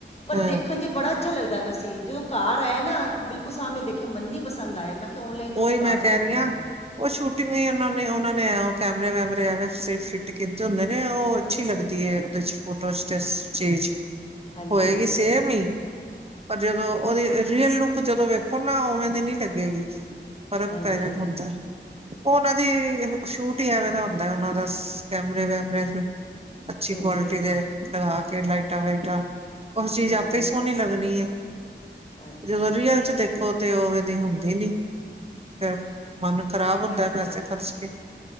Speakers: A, on the left (about 35°); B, on the right (about 35°).
A: ਪਰ
B: ਹਾਂ
A: ਦੇਖਣ ਚੇ ਬੜਾ ਅੱਛਾ ਲੱਗਦਾ ਪਿਆ ਸੀ, ਜਦੋਂ ਘਰ ਆਇਆ ਨਾ ਬਿਲਕੁਲ ਸਾਹਮਣੇ ਦੇਖਿਆ ਮੰਨਨੀ ਪਸੰਦ ਆਇਆ ਮੈਂ ਕਿਹਾ ਕਿ ਔਨਲਾਈਨ ਤੋਂ
B: ਉਹੀ
A: ਵਿਸ਼ਵਾਸ
B: ਮੈਂ ਕਹਿ
A: ਉੱਠ
B: ਰਹੀ
A: ਗਿਆ।
B: ਹਾਂ ਉਹ ਸ਼ੂਟਿੰਗਾਂ ਉਹਨਾਂ ਨੇ, ਉਹਨਾਂ ਨੇ ਕੈਮਰੇ-ਵੈਮਰੇ ਇਉਂ ਫਿੱਟ ਕੀਤੇ ਹੁੰਦੇ ਨੇ ਉਹ ਅੱਛੀ ਲੱਗਦੀ ਏ ਉਹਦੇ ਚ ਫੋਟੋ 'ਚ ਤੇ ਚੇਜ,
A: ਹਾਂਜੀ
B: ਹੋਏਗੀ ਸੇਮ ਈ। ਪਰ ਜਦੋਂ ਉਹਦੀ ਰੀਅਲ ਲੁੱਕ ਜਦੋਂ ਵੇਖੋ ਨਾ ਉਵੇਂ ਦੀ ਨੀ ਲੱਗੇਗੀ। ਫਰਕ
A: ਹਾਂਜੀ
B: ਪੈ ਜਾਣਾ ਹੁੰਦਾ ਹੈ। ਓਨਾਂ ਦੀ ਸ਼ੂਟ ਈ ਐਵੇਂ ਤਾਂ ਹੁੰਦਾ ਓਨਾਂ ਸ ਦਾ ਕੈਮਰੇ ਵੈਮਰੇ ਅੱਛੀ
A: ਹਾਂਜੀ
B: ਕੁਆਲਿਟੀ ਦੇ, ਲਗਾ ਕੇ ਲਾਈਟਾਂ-ਵਾਈਟਾਂ ਓ ਚੀਜ਼
A: ਹੂੰ
B: ਆਪੇ ਹੀ ਸੋਣੀ ਲੱਗਣੀ ਏ,
A: ਅੱਛਾ
B: ਜੇ ਰੀਅਲ ਚ ਦੇਖੋ ਤੇ ਉਵੇ ਦੀ ਹੁੰਦੀ ਨੀ। ਫਿਰ ਮਨ ਖ਼ਰਾਬ
A: ਇਹ
B: ਹੁੰਦਾ
A: ਤੇ ਆਈ
B: ਐ ਪੈਸੇ
A: ਹੈ
B: ਖ਼ਰਚ ਕੇ,